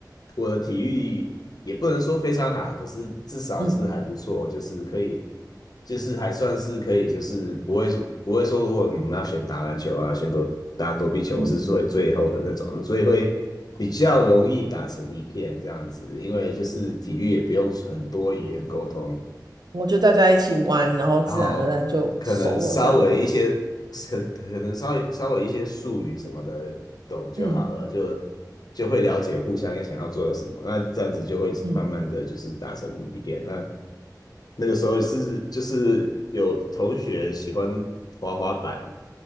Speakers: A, on the left (about 60°); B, on the right (about 65°).
A: 我的体育也不能说非常好，可是至少是还不错，
B: 嗯
A: 就是可以，就是还算是可以，就是不会说不会说，如果我们要选打篮球啊，选躲打躲避球，
B: 嗯。
A: 我是最最后的那种，所以会比较容易打成一片这样子，因为就是体育也不用很多语言沟通，
B: 我就大家一起玩，然后自然而然就熟了这样。
A: 然后可能稍微一些，可可能稍微稍微一些术语什么的懂就好了，
B: 嗯
A: 就就会了解互相想要做的什么，那这样子就会慢慢的就是达成一片。
B: 嗯，
A: 那那个时候是就是有同学喜欢滑滑板，